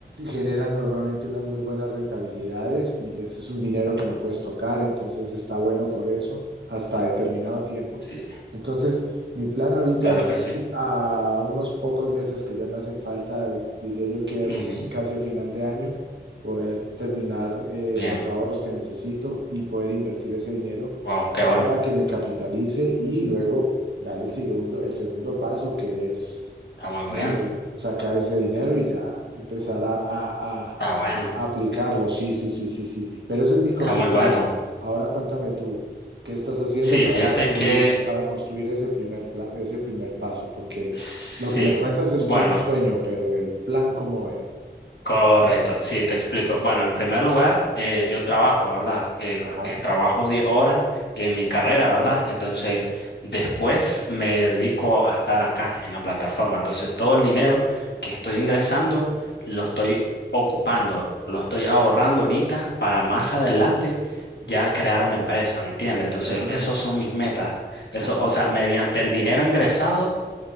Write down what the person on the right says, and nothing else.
generan normalmente unas muy buenas rentabilidades y ese es un dinero que no puedes tocar, entonces está bueno por eso, hasta determinado tiempo.
Entonces, mi plan ahorita
es
a unos pocos meses que ya me hacen falta, diría yo que
casi a final de año, poder terminar eh,
los ahorros que necesito y poder invertir ese dinero
para
que me capitalice y luego darle el segundo, el segundo paso, que es
eh,
sacar ese dinero y ya empezar a, a, a,
a aplicarlo. Sí, sí, sí, sí, sí. Pero ese es mi corto
plazo.
Ahora cuéntame tú, ¿qué estás haciendo
para
construir,
para construir ese primer, pla- ese primer paso? Porque
lo que me cuentas es
como un sueño, pero el plan cómo es.
Ajá.
Ah,
claro,
claro.